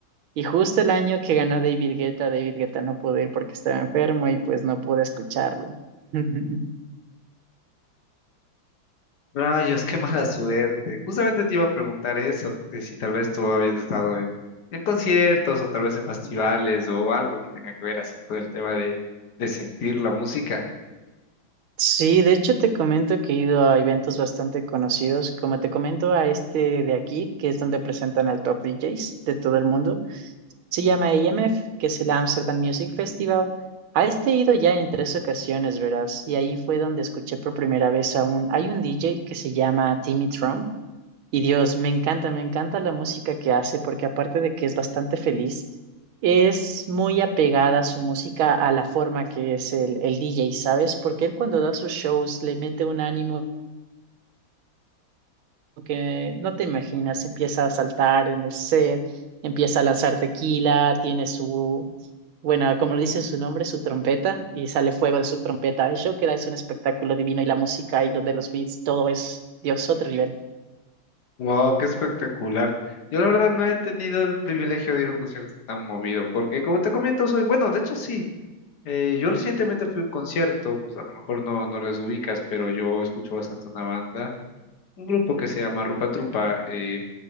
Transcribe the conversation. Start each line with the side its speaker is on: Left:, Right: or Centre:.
Right: Y justo el año que ganó David Guetta, David Guetta no pudo ir porque estaba enfermo y pues no pude escucharlo. <laughs>
Left: Rayos, qué mala suerte. Justamente te iba a preguntar eso, que si tal vez tú habías estado en, en conciertos o tal vez en festivales o algo que tenga que ver así con el tema de, de sentir la música.
Right: Sí, de hecho te comento que he ido a eventos bastante conocidos, como te comento a este de aquí, que es donde presentan al top DJs de todo el mundo. Se llama AMF, que es el Amsterdam Music Festival. A este he ido ya en tres ocasiones, verás, y ahí fue donde escuché por primera vez a un, hay un DJ que se llama Timmy Trump, y Dios, me encanta, me encanta la música que hace, porque aparte de que es bastante feliz, es muy apegada su música a la forma que es el, el DJ, ¿sabes? Porque él cuando da sus shows le mete un ánimo que no te imaginas, empieza a saltar en el set, empieza a lanzar tequila, tiene su, bueno, como lo dice su nombre, su trompeta, y sale fuego de su trompeta. El show que da es un espectáculo divino y la música y lo de los beats, todo es, Dios, otro nivel.
Left: Wow, qué espectacular. Yo la verdad no he tenido el privilegio de ir a un concierto tan movido, porque como te comento, soy, bueno, de hecho sí, eh, yo recientemente fui a un concierto, pues a lo mejor no, no les ubicas, pero yo escucho bastante una banda, un grupo que se llama Rupa Trupa, eh,